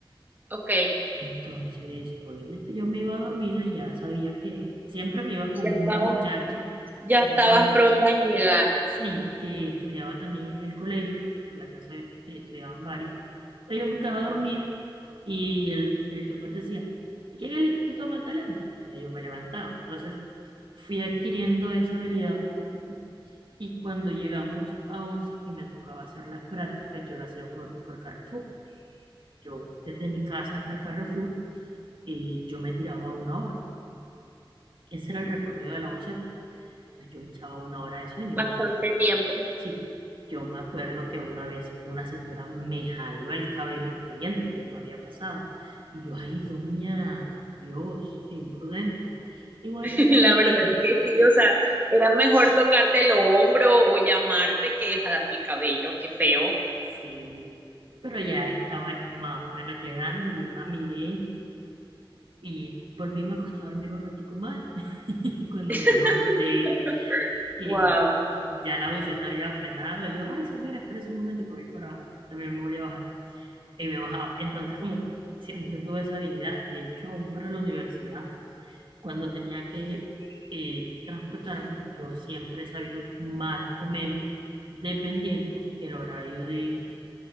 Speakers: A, on the right; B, on the right.
A: ok.
B: Entonces, obviamente yo me iba dormida y ya sabía que siempre me iba con
A: Ya estabas,
B: una muchacha
A: ya
B: que
A: estabas
B: de pronto,
A: pronta en llegar,
B: sí, que estudiaba también en el colegio, porque por la casa eh, estudiaban varias. Entonces yo me quedaba dormida y el, el chofer decía, aquí en el Instituto Magdalena. Y ya yo me levantaba. Entonces fui adquiriendo esa habilidad poco a poco y cuando llegamos a 11 que me tocaba hacer las prácticas, yo las hacía por, por Carrefour. Yo desde mi casa hasta el Carrefour y yo me tiraba una hora. Ese era el recorrido de la boceta. Entonces yo me echaba una hora de sueño,
A: bastante
B: me acuerdo.
A: tiempo.
B: Sí, yo me acuerdo que una vez una señora me jaló el cabello creyendo que yo me había pasado. Y yo, ay, doña, Dios, qué imprudente. Igual
A: <laughs>
B: ya tenía
A: La verdad
B: que ir.
A: es
B: <laughs>
A: que sí, o sea, era mejor tocarte el hombro o llamarte que jalar el cabello, qué feo.
B: Sí, pero ya estaba más o menos llegando, yo la miré y volví y me acosté a dormir un ratico más. <laughs> Y cuando
A: <laughs>
B: me levanté, Y
A: Wow,
B: ya el auto se había frenado. Y yo, ay, señora, espérese un momento que voy para. También me voy a bajar. Y me bajaba. Entonces, como siempre tuve esa habilidad, de hecho, aún para la universidad, cuando tenía que eh, transportarme, yo siempre he sabido más o menos, dependiendo el horario de